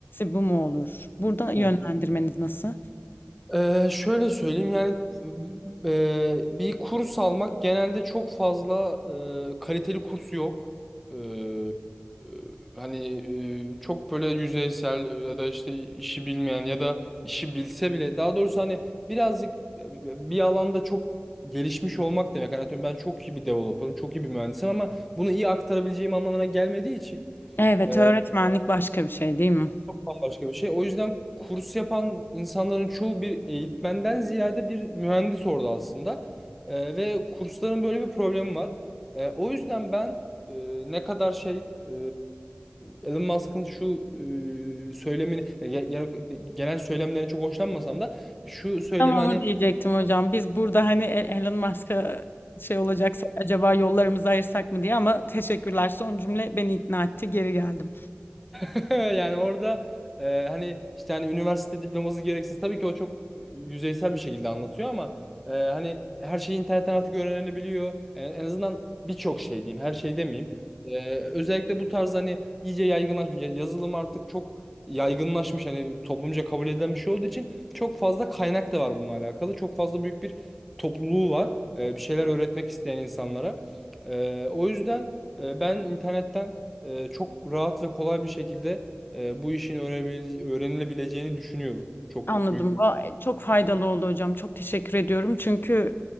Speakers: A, on the left; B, in the centre.
A: bu mu olur? Burada yönlendirmeniz
B: Hı.
A: nasıl?
B: Ee, şöyle söyleyeyim yani e, bir kurs almak genelde çok fazla e, kaliteli kursu yok. Ee, e, hani e, çok böyle yüzeysel e, ya da işte işi bilmeyen ya da işi bilse bile daha doğrusu hani birazcık e, bir alanda çok gelişmiş olmak demek. Hani atıyorum ben çok iyi bir developer'ım, çok iyi bir mühendisim ama bunu iyi aktarabileceğim anlamına gelmediği için
A: Evet,
B: e,
A: öğretmenlik başka bir şey değil mi?
B: bambaşka bir şey. O yüzden kurs yapan insanların çoğu bir eğitmenden ziyade bir mühendis orada aslında. Ee, ve kursların böyle bir problemi var. Ee, o yüzden ben e, ne kadar şey e, Elon Musk'ın şu e, söylemini yani ge- ge- genel söylemlerini çok hoşlanmasam da şu söylemi
A: Tam onu
B: hani
A: diyecektim hocam. Biz burada hani E- Elon Musk'a şey olacaksa acaba yollarımızı ayırsak mı diye ama teşekkürler. Son cümle beni ikna etti. Geri geldim.
B: <laughs> Yani orada e, hani işte hani üniversite diploması gereksiz. Tabii ki o çok e, yüzeysel bir şekilde anlatıyor ama e, hani her şeyi internetten artık öğrenilebiliyor. E, en azından birçok şey diyeyim, her şey demeyeyim. E, özellikle bu tarz hani iyice yaygınlaşmış. Yani Yazılım artık çok yaygınlaşmış. Hani toplumca kabul edilen bir şey olduğu için çok fazla kaynak da var bununla alakalı. Çok fazla büyük bir topluluğu var. e, bir şeyler öğretmek isteyen insanlara. E, o yüzden e, ben internetten e, çok rahat ve kolay bir şekilde e, bu işin öğrenebil- öğrenilebileceğini düşünüyorum. Çok
A: Anladım.
B: büyük.
A: Va- e, Çok faydalı oldu hocam. Çok teşekkür ediyorum. Çünkü